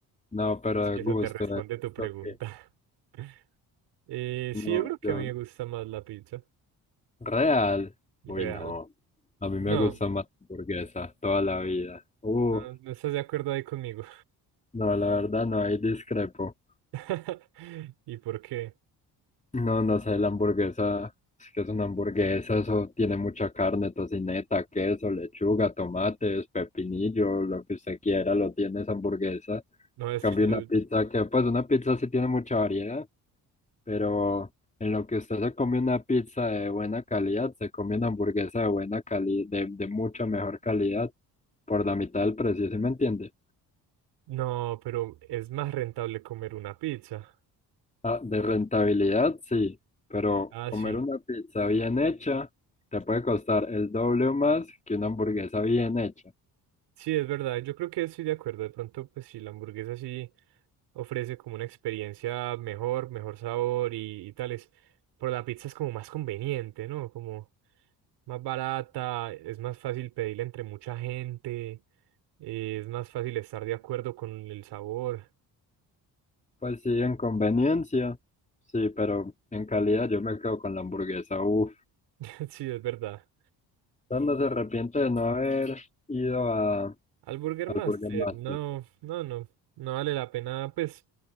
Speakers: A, on the left (about 20°); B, on the right (about 90°).
A: No, pero
B: si
A: de
B: eso
A: gusto,
B: te responde
A: de gusto
B: tu pregunta.
A: que
B: <laughs> Eh,
A: no,
B: sí, yo creo que
A: yo,
B: a mí me gusta más la pizza,
A: real.
B: real.
A: Uy, no. A mí
B: No,
A: me gusta más la hamburguesa toda la vida. Uf,
B: no, no estás de acuerdo ahí conmigo.
A: no, la verdad no, ahí discrepo.
B: <laughs> ¿Y por qué?
A: No, no sé, la hamburguesa, es que es una hamburguesa, eso tiene mucha carne, tocineta, queso, lechuga, tomates, pepinillo, lo que usted quiera, lo tiene esa hamburguesa.
B: No, es
A: Cambio
B: que yo,
A: una pizza que, pues una pizza sí tiene mucha variedad, pero en lo que usted se come una pizza de buena calidad, se come una hamburguesa de buena calidad, de, de mucha mejor calidad, por la mitad del precio, ¿sí me entiende?
B: No, pero es más rentable comer una pizza.
A: Ah, de rentabilidad, sí, pero
B: Ah,
A: comer
B: sí.
A: una pizza bien hecha te puede costar el doble o más que una hamburguesa bien hecha.
B: Sí, es verdad. Yo creo que estoy de acuerdo. De pronto, pues sí, la hamburguesa sí ofrece como una experiencia mejor, mejor sabor y, y tales. Pero la pizza es como más conveniente, ¿no? Como más barata, es más fácil pedirla entre mucha gente, eh, es más fácil estar de acuerdo con el sabor.
A: Pues sí, en conveniencia, sí, pero en calidad yo me quedo con la hamburguesa. Uf,
B: <laughs> Sí, es verdad.
A: Usted no se arrepiente de no haber ido a,
B: Al Burger
A: al
B: Master,
A: Burger Master.
B: no, no, no, no vale la pena, pues,